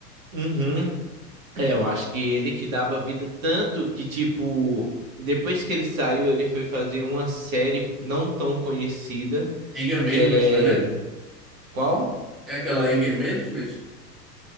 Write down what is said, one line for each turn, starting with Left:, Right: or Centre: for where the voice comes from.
Right: Uhum. É, eu acho que ele que dava vida tanto que, tipo, depois que ele saiu, ele foi fazer uma série não tão conhecida,
Centre: Anger Management,
Right: que é.
Centre: né?
Right: Qual?
Centre: É aquela Anger Management?